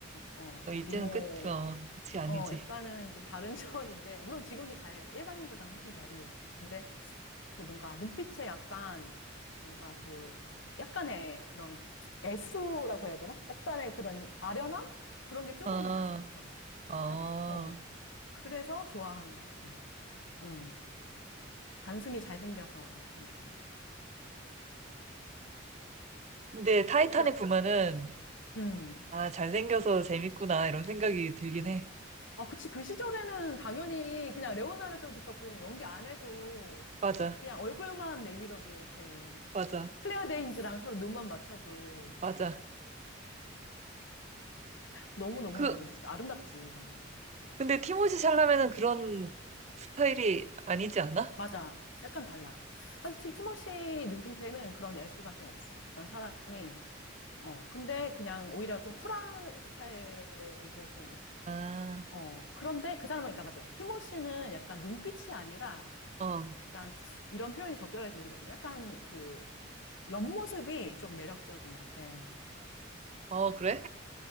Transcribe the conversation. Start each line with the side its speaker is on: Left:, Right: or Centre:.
Left: 어, 뭐
Right: 어, 이제는
Left: 미모,
Right: 끝, 어, 그치, 아니지.
Left: 어, 약간은 좀 다른 <laughs> 차원인데, 물론 지금도 잘, 일반인보다는 훨씬 잘생겼지. 근데 그 뭔가 눈빛에 약간, 뭔가 그, 약간의 그런 애수라고 해야 되나? 약간의 그런 아련함? 그런 게 조금
Right: 아,
Left: 아직 있어.
Right: 어.
Left: 약, 어. 그래서 좋아하는 것 같아. 음. 단순히 잘생겨서 그런 게 아니라.
Right: 근데 타이타닉
Left: 그럼,
Right: 보면은,
Left: 음.
Right: 아, 잘생겨서 재밌구나, 이런 생각이 들긴 해.
Left: 어, 그치. 그 시절에는 당연히 그냥 레오나르도 디카프리오 연기 안 해도
Right: 맞아,
Left: 그냥 얼굴만 내밀어도 이렇게.
Right: 맞아,
Left: 클레어 데인즈랑 서로 눈만 맞춰도
Right: 맞아.
Left: 너무너무
Right: 그,
Left: 진짜 아름답지, 정말.
Right: 근데 티모시 샬라메는 그런 스타일이 아니지 않아?
Left: 맞아. 약간 달라. 사실 티- 티모시 눈빛에는 그런 애수가 좀 없어. 약간 사람이, 어, 근데 그냥 오히려 좀 쿨한 스타일이고,
Right: 아,
Left: 어, 그런데 그 사람은, 그러니까 맞아. 티모시는 약간 눈빛이 아니라
Right: 어,
Left: 약간 이런 표현이 적절할지 모르겠지만 약간 그 옆모습이 좀 매력적인 것 같아.
Right: 어, 그래?